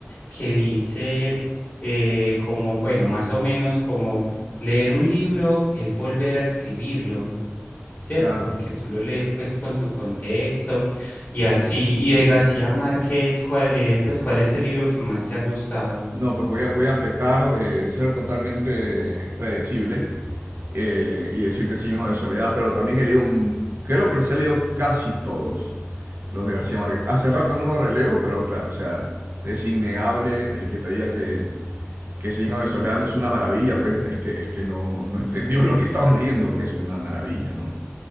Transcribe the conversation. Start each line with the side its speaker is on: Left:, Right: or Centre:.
Left: que dice eh, como, bueno, más o menos como leer un libro es volver a escribirlo. ¿cierto?
Right: claro.
Left: Porque tú lo lees pues con tu contexto y así, y de García Márquez, ¿cuál, eh, pues, ¿cuál es el libro que más te ha gustado?
Right: No, pues voy a, voy a pecar de ser totalmente predecible eh, y decirte Sin Hijos de Soledad, pero también he leído, m- creo que los he leído casi todos, los de García Márquez. Hace rato no los releo, pero claro, o sea, es innegable el que te diga que, que Sin Hijos de Soledad no es una maravilla, pues es que, es que no, no entendió <laughs> lo que estaba leyendo, porque es una maravilla, ¿no?